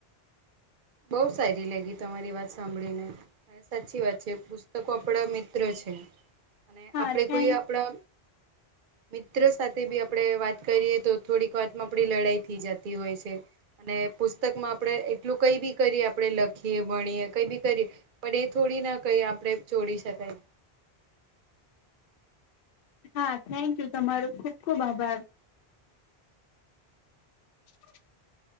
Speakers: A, on the right; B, on the left.
A: બહુ સારી લાગી તમારી વાત સાંભળીને અને સાચી વાત છે, પુસ્તકો આપડા મિત્ર છે, અને
B: હા
A: આપણેે
B: થેન્ક
A: કોઈ આપણા
B: <inaudible>
A: મિત્રો સાથે બી આપણે વાત કરીએ તો થોડીક વાતમાં આપડી લડાઈ થઈ જતી હોય છે. અને પુસ્તક માં આપડે એટલુંક કઈ બી કરીએ આપણે લખીએ ભણીએ કઈ બી કરીએ પણ એ થોડી ના કઈ આપણે જોડી શકાય
B: હા થેન્ક યુ તમારું ખુબ ખુબ આભાર. <inaudible>